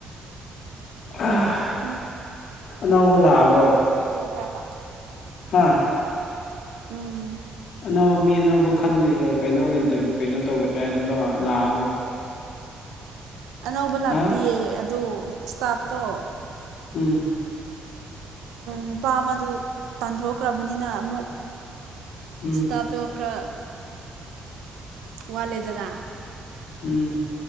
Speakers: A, on the left; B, on the right.
A: ꯑꯥ
B: ꯃꯤ
A: ꯑꯅꯧꯕꯥ ꯂꯥꯛꯑꯕꯣ
B: ꯁꯤꯡꯕꯔꯕ
A: ꯑꯥ
B: ꯎꯝ
A: ꯑꯅꯧꯕ ꯃꯤ ꯑꯅꯧꯕ ꯈꯜꯂꯤ ꯀꯩꯅꯣ ꯏꯟꯇꯔꯚꯤꯌꯨ ꯀꯩꯅꯣ ꯇꯧꯕꯦ ꯍꯥꯏꯗꯨꯗꯣ ꯂꯥꯛꯑꯕꯣ
B: ꯑꯅꯧꯕ ꯂꯥꯛꯇꯤꯌꯦ
A: ꯍꯥ
B: ꯑꯗꯨ ꯏꯁꯇꯥꯐꯇꯣ
A: ꯎꯝ
B: ꯅꯨꯄꯥ ꯑꯃꯗꯨ ꯇꯥꯟꯊꯣꯛꯈ꯭ꯔꯕꯅꯤꯅ ꯑꯃꯨꯛ
A: ꯎꯝ
B: ꯏꯁꯇꯥꯞ ꯇꯣ ꯈ꯭ꯔ ꯋꯥꯂꯦꯗꯅꯥ
A: ꯎꯝ